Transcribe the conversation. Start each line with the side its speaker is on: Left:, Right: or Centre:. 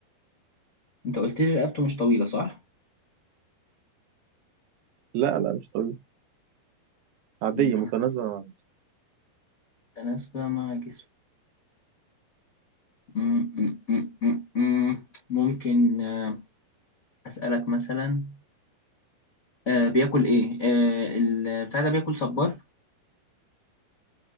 Left: أنت قلت لي رقبته مش طويلة صح؟
Right: لا لا مش طبيعي عادية
Left: مم،
Right: متناسبة مع جسمه
Left: تناسبة مع جسمه مم، مم، مم، مم، مم. ممكن آه، أسألك مثلا آه بياكل إيه؟ آه البتاع ده بياكل صبار؟